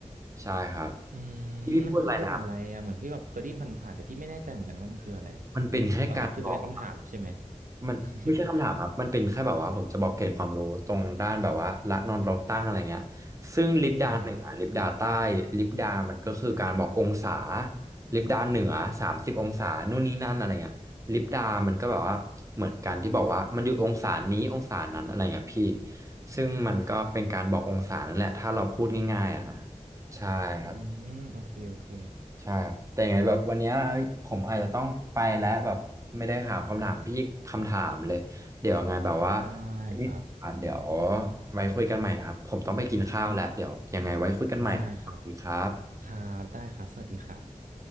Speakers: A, on the right; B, on the right.
A: ใช่ครับ
B: อืมมันคือเกี่ยวกับอะไรอะเหมือนพี่แบบเคยได้ยินผ่านๆแต่พี่ไม่แน่ใจเหมือนกันว่ามันคืออะไร
A: พี่พูดอะไรนะมันเป็นแค่การบอก
B: เราแต่คือจะเป็นคำถามใช่ไหม
A: มันไม่ใช่คำถามครับมันเป็นแค่แบบว่าผมจะบอกเกณฑ์ความรู้ตรงด้านแบบว่าละนอนรองตั้งอะไรเงี้ย
B: <laughs>
A: ซึ่งลิปดาหนึ่งอ่ะลิปดาใต้ลิปดามันก็คือการบอกองศา
B: อืม
A: ลิปดาเหนือสามสิบองศานู่นนี่นั่นอะไรเงี้ยลิปดามันก็แบบว่าเหมือนกันที่บอกว่ามันอยู่องศานี้องศานั้นอะไรเงี้ยพี่ซึ่งมันก็เป็นการบอกองศานั่นแหละถ้าเราพูดง่ายๆอ่ะนะใช่ครับ
B: อืม โอเค โอเค
A: ใช่ครับแต่ยังไงแบบวันเนี้ยเฮ้ยผมอาจจะต้องไปแล้วแบบไม่ได้ถามคำถามพี่คำถามเลยเดี๋ยวยังไงแบบว่า
B: ได้ครับ
A: อ่ะเดี๋ยวไว้คุยกันใหม่นะครับผมต้องไปกินข้าวแล้วเดี๋ยวยังไงไว้คุยกันใหม่ครับสวัสดีครับ
B: ได้ครับครับได้ครับ สวัสดีครับ